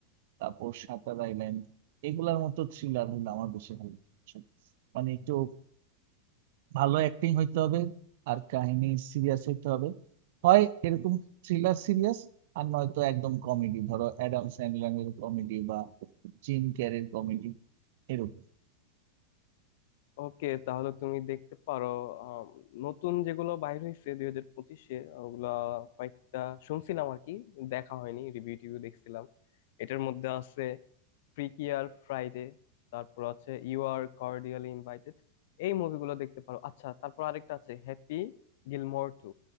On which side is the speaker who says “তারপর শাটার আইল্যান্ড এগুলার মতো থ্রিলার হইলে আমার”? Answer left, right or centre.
Right